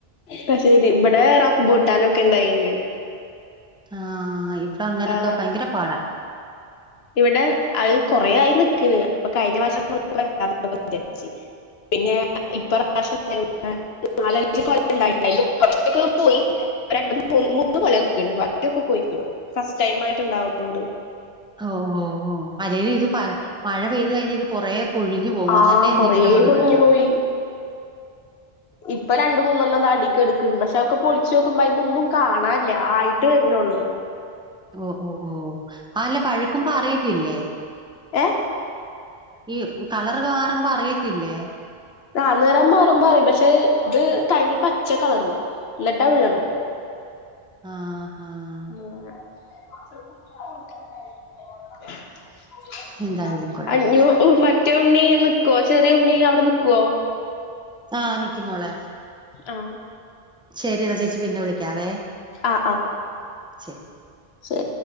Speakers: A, on the left; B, in the centre.
A: കാ ശരി ഇവിടെ റബൂട്ടാനൊക്കെ ഇണ്ടായിണ്ട്
B: ആഹ് ഇവിടെ അങ്ങനെയൊക്കെ
A: ആഹ്
B: ഭയങ്കര പാടാ
A: ഇവിടെ അത് കൊറ ആയി നിക്ക്‌ണ് അപ്പൊ കഴിഞ്ഞ മാസ <unintelligible> പിന്നെ ഇപ്രാവശ്യം <unintelligible> നാലഞ്ചു കൊലണ്ടായിട്ട്ണ്ടായി കുറച്ചൊക്കെ പോയി ഒ മൂന്ന് കൊലനിക്കണ്ട് ബാക്കിയോക്കെ പോയിക്ക്‌ണ് ഫസ്റ്റ് ടൈം ആയിട്ട്ണ്ടാവുന്നോട്ട്
B: ഓ ഓ ഓ പ മഴ പെയ്തു കഴിഞ്ഞ ഇത് കൊറ പൊഴി ഞ്ഞു പോകുന്നാട്ടെ
A: ആഹ്
B: എന്തങ്കിലുമക്കെ
A: കൊറേ
B: കിട്ടത്തുള്ളൂ
A: കൊഴിഞ്ഞു പോയി ഇപ്പൊ രണ്ട മൂന്നെണ്ണം ത അടിക്ക് കെടക്കുന്നുണ്ട് പക്ഷെ പൊളിച്ച് നോക്കുമ്പോ അതിമെ ഒന്നും കാണാന്ല്ല്യ ആയി ട്ട് വരുണൊള്ളൂ
B: ഓ ഓ ഓ അല്ല പഴുക്കുമ്പ അറിയത്തില്ലേ
A: ഏഹ്
B: ഈ കളർ മാറുമ്പോ അറിയത്തില്ലേ
A: ആഹാ നിറം മാറുമ്പോ അറീം പക്ഷെ ഇത് തനി പച്ച കളറ് ന്നട്ട വിയ്യ്ണാത്
B: ആഹ് ആ
A: <unintelligible>
B: എന്തായാലും കൊള്ളാം.
A: അയ്യോ മറ്റേ ഉണ്ണി നിക്കുവോ ചെറിയ ഉണ്ണി അവിടെ നിക്കുവോ
B: ആഹ നിക്കും ‌മോളെ
A: ആഹ്
B: ശരി എന്നാ ചേച്ചി പിന്നെ വിളിക്കാവേ
A: ആഹ് ആഹ്
B: ശരി
A: ശരി